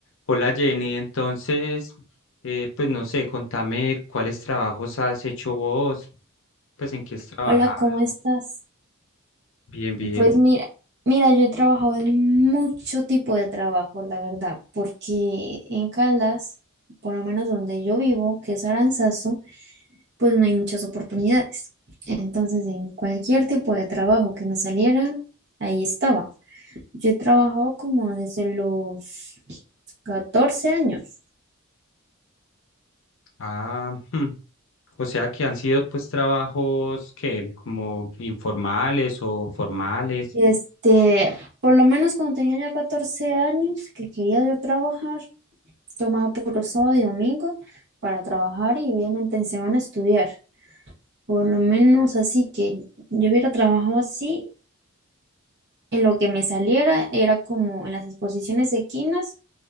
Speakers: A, on the left; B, on the right.
A: Hola Jenny, entonces, eh, pues no sé, contame cuáles trabajos has hecho vos, pues en qué has trabajado.
B: Hola, ¿cómo estás?
A: Bien, bien.
B: Pues mira, mira, yo he trabajado en mucho tipo de trabajo, la verdad, porque en Caldas, por lo menos donde yo vivo, que es Aranzazu, pues no hay muchas oportunidades. Entonces, en cualquier tipo de trabajo que me saliera, ahí estaba. Yo he trabajado como desde los 14 años.
A: Ah, hmm, o sea que han sido pues trabajos que como informales o formales.
B: Este, por lo menos cuando tenía ya 14 años que quería yo trabajar, Tomaba puro sábado y domingo para trabajar y obviamente en semana estudiar. Por lo menos así que yo hubiera trabajado así, en lo que me saliera era como en las exposiciones equinas